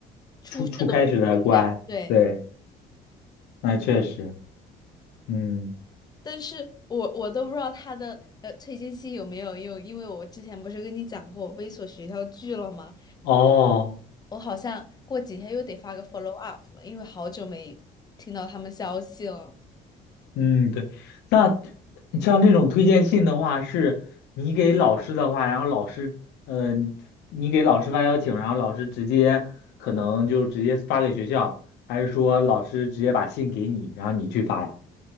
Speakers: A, on the left; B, on the left.
A: 出事都进不了，
B: 初初开始的关。
A: 对。
B: 对，那确实，嗯，
A: 但是我我都不知道他的呃退金期有没有用，因为我之前不是跟你讲过我被一所学校拒了吗？
B: 哦，
A: 我好像过几天又得发个 follow up 了，因为好久没听到他们消息了。
B: 嗯，对，那像这种推荐信的话，是你给老师的话，然后老师，嗯、你给老师发邀请，然后老师直接可能就直接发给学校，还是说老师直接把信给你，然后你去发呀？